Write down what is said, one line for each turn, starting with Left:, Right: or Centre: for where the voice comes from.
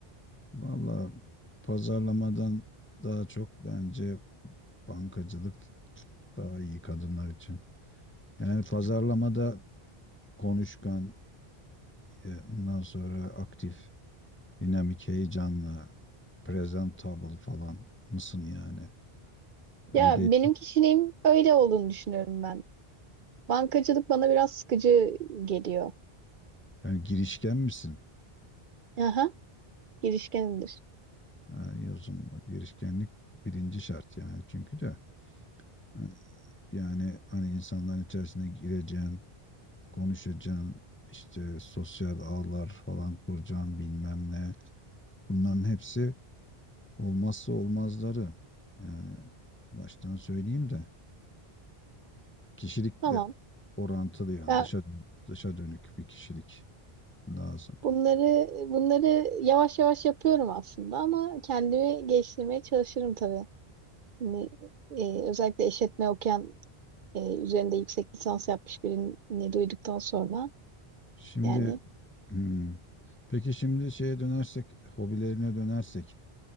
Left: Vallahi pazarlamadan daha çok bence bankacılık daha iyi kadınlar için. Yani pazarlamada konuşkan, e, ondan sonra aktif, dinamik, heyecanlı, presentable falan mısın yani? Öyle
Right: Ya benim kişiliğim öyle olduğunu düşünüyorum ben. Bankacılık bana biraz sıkıcı geliyor.
Left: yani girişken misin?
Right: Aha, girişkenimdir.
Left: Ha, yazım girişkenlik birinci şart yani çünkü de ha, yani hani insanların içerisine gireceğin, konuşacaksın, işte sosyal ağlar falan kuracaksın bilmem ne. Bunların hepsi olmazsa olmazları. Yani baştan söyleyeyim de. kişilikle
Right: Tamam.
Left: orantılı yani
Right: Ya
Left: dışa dışa dönük bir kişilik lazım.
Right: bunları bunları yavaş yavaş yapıyorum aslında ama kendimi geliştirmeye çalışırım tabii. Yani, e, özellikle işletme okuyan e, üzerinde yüksek lisans yapmış birini duyduktan sonra
Left: Şimdi
Right: yani
Left: hmm, peki şimdi şeye dönersek hobilerine dönersek